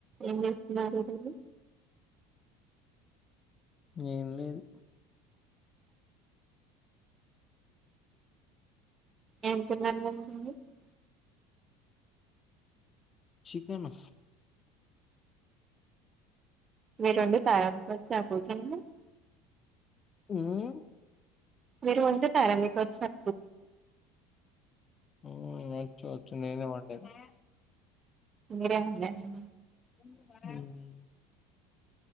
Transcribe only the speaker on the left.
ఏం లేద్
చికెను
ఉమ్
ఓ వచ్చు వచ్చు నేనేవండినా
ఉమ్